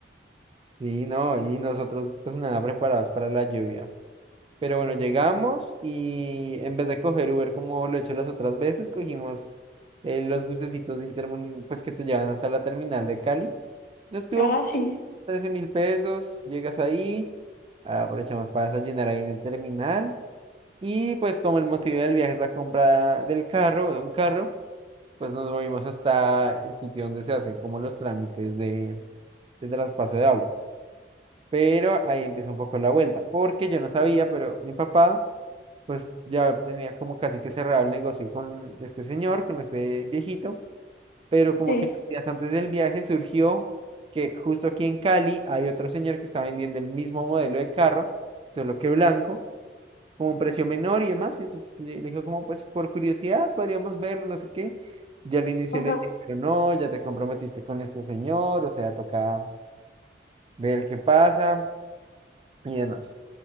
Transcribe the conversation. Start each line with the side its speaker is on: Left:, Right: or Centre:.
Right: Sí, no, y nosotros pues nada preparados para la lluvia. Pero bueno, llegamos y en vez de coger Uber como lo he hecho las otras veces, cogimos eh, los bucecitos de Intermun, pues que te llevan hasta la terminal de Cali. No estuvo
Left: Ah,
Right: mal,
Left: sí,
Right: 13 mil pesos, llegas ahí, aprovechamos para desayunar ahí en el terminal. Y pues como el motivo del viaje es la compra del carro, de un carro, pues nos movimos hasta el sitio donde se hacen como los trámites de, de traspaso de autos. Pero ahí empieza un poco la vuelta, porque yo no sabía, pero mi papá pues ya tenía como casi que cerrado el negocio con este señor, con este viejito, pero como
Left: sí.
Right: que días antes del viaje surgió que justo aquí en Cali hay otro señor que está vendiendo el mismo modelo de carro, solo que blanco, como un precio menor y demás, y pues le le dijo como pues por curiosidad podríamos verlo, no sé qué. Ya al inicio
Left: Ajá,
Right: le dije, pero no, ya te comprometiste con este señor, o sea, toca ver qué pasa y demás.